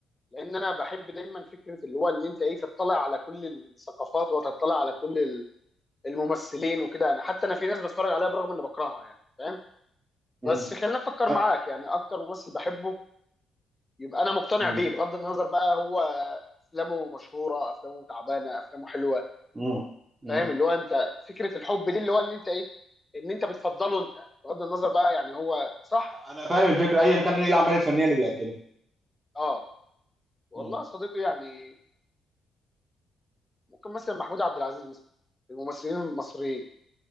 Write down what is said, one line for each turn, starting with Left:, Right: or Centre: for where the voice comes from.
Left: لان انا بحب دايما فكره اللي هو اللي انت ايه تطلع على كل الثقافات وتطلع على كل ال- الممثلين وكده انا حتى انا في ناس بتفرج عليها برغم اني بكرهها يعني فاهم
Right: مم.
Left: بس خلينا افكر
Right: ف...
Left: معاك يعني اكتر ممثل بحبه يبقى انا مقتنع
Right: مم.
Left: بيه بغض النظر بقى هو افلامه مشهوره افلامه تعبانه افلامه حلوه
Right: مم. مم.
Left: فاهم اللي هو انت فكره الحب دي اللي هو ان انت ايه ان انت بتفضله انت بغض النظر بقى يعني هو صح
Right: انا فاهم الفكره ايا كان ايه الاعمال الفنيه اللي بيقدمها
Left: اه والله
Right: مم.
Left: يا صديقي يعني ممكن مثلا محمود عبد العزيز مثلا الممثلين المصريين